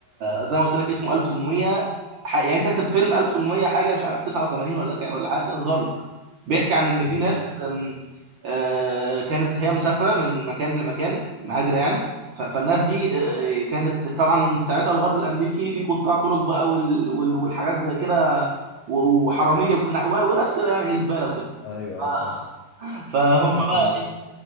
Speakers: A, on the right; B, on the left.
A: آه، زي ما قلت لك اسمه 1800 ح- يعني انت تكتب فيلم 1800 حاجه مش عارف 89 ولا كا ولا حاجه كده تظهر لك بيحكي عن ان في
B: ماشي
A: ناس آم، آه كانت هي مسافره من مكان لمكان مهاجره يعني ف- فالناس دي آه، آه، كانت طبعا ساعتها الغرب الامريكي في قطاع طرق بقى وال- وال- والحاجات زي كده و- وحراميه وك- وناس كده يعني إيه زباله وكده
B: ايوه
A: <laughs>
B: ايوه فاهمك
A: فهم
B: ناس مش
A: بقى
B: كويس
A: إيه